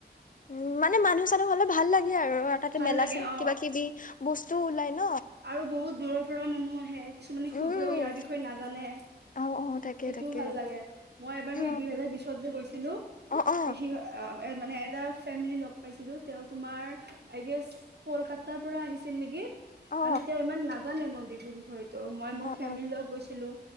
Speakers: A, on the left (about 50°); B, on the right (about 70°).
A: উম মানে মানুহ হলে ভাল লাগে আৰু তাতে
B: ভাল
A: মেলা
B: লাগে
A: চ
B: অ
A: কিবা কিবি বস্তু ওলাই ন
B: আৰু বহুত দূৰৰ পৰা মানুহ আহে কিছুমানে
A: উম
B: সোধেও ইয়াৰ বিষয়ে নাজানে
A: অ অ তাকে
B: সেইটোও
A: তাকে
B: ভাল লাগে মই এবাৰ
A: অ
B: সেই দুইহেজাৰ বিশত যে গৈছিলো
A: অ অ
B: তে সি আহ এ মানে এটা ফেমিলি লগ পাইছিলো তেওঁ তোমাৰ আই গেছ কলকাতাৰ পৰা আহিছিল নেকি
A: অ
B: মানে তেওঁ ইমান নাজানে মোৰ বিদিৰ বিষয় ত' মই মোৰ ফেমিলি
A: অ
B: লগ গৈছিলো